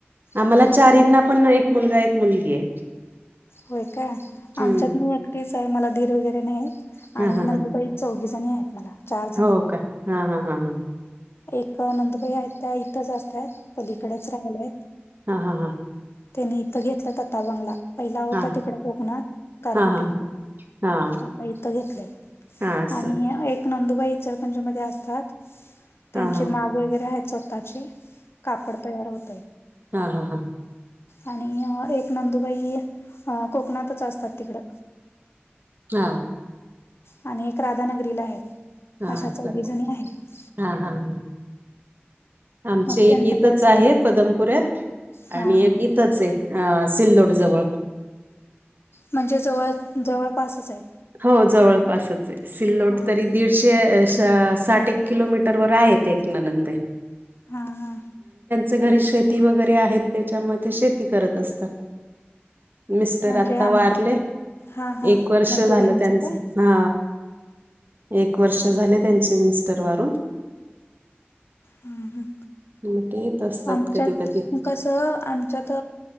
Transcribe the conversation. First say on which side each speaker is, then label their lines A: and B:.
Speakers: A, on the right (about 50°); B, on the left (about 70°).
A: आम्हाला
B: हा
A: चारंना पण एक मुलगा एक मुलगी आहे.
B: होय काय
A: हम्म.
B: आमच्यात मी एकटीच आहे मला दीर वगैरे नाहीत आणि
A: हा, हा,
B: नंदुबाई
A: हा.
B: चौघ जणी आहेत मला चार जणी
A: हो
B: आहेत
A: का हा हा हा हां.
B: एक नंदुबाई आहेत त्या इथंच असतात पलीकडेच राहिल्या आहेत.
A: हा हा हा
B: त्यांनी इथं घेतलं त आाता बंगला पहिल्या होत्या
A: हां.
B: तिकडे कोकण गारगोटीिक
A: हां, हां. हां.
B: आता इथं घेतलंय
A: हां, असं.
B: आणि एक नंदुबाई इचरलकरंजी मध्ये असतात त्यांचे
A: हां, हां.
B: माग वगैरे आहेत स्वतःचे कापड तयार होतय
A: हा हा हां
B: आणि एक नंदुबाई कोकणातच असतात तिकडं
A: हा
B: आणि एक राधानगरीला आहेत
A: हाछ
B: अशा चौघीजणी आहेत
A: हा हा ह आमचे
B: मग त्यांचं
A: एकतच
B: काय स्वतःचं
A: आहे पदमपुऱ्यात
B: हां
A: आणि
B: हां
A: एक आहे सिल्लोड जवळ
B: म्हणजे जवळ जवळपासच आहेत
A: हो जवळपासच आहे सिल्लोड
B: हां
A: तरी दीडशे साठ एक किलोमीटर वर आहेत ननंदन
B: हां हां
A: ब घरी शेती वगैरे आहेत त्याच्यामध्ये ते शेती करत असतात मिस्टर
B: म्हणजे
A: आता
B: आम
A: वारले
B: हां हां
A: एक वर्ष
B: नंदुबाईंचे
A: झालं
B: काय
A: हा एक वर्ष झाले त्यां मिस्टर वारून
B: हं हं
A: मग ते असतात
B: आमच्यात
A: कधी कधी
B: कस आमच्यात